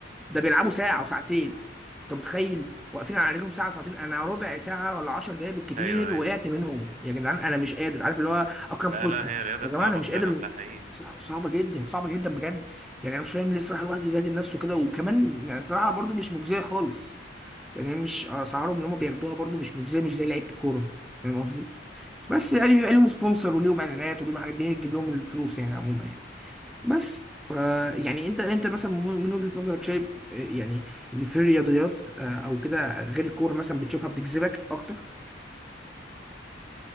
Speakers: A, in the centre; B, on the right (about 45°).
A: ده بيلعبوا ساعه وساعتين انت متخيل واقفين على رجلهم ساعه وساعتين انا ربع ساعه ولا 10 دقايق بالكتير
B: ايوه ايوه
A: وقعت منهم يا جدعان انا مش قادر عارف اللي هو اكرم
B: لا
A: حسني
B: لا هي رياضه
A: يا
B: صعبه
A: جماعه انا مش
B: فعلا
A: قادر
B: ده حقيقي
A: صع- صعبه جدا صعبه جدا بجد يعني انا مش فاهم ليه الصراحه الواحد يبهدل نفسه كده وكمان يعني الصراحه برضو مش مجزيه خالص يعني مش آه، اسعارهم اللي هم بياخدوها برضو مش مجزيه مش زي لعيبه الكوره فاهم قصدي بس يعني بيبقى ليهم سبونسر وليهم اعلانات وليهم حاجات دي هي تجيب لهم الفلوس يعني عموما يعني بس ف يعني انت انت مثلا من من وجهة نظرك شايف آه، يعني ان في الرياضيات آه، او كده غير الكوره مثلا بتشوفها بتجذبك اكتر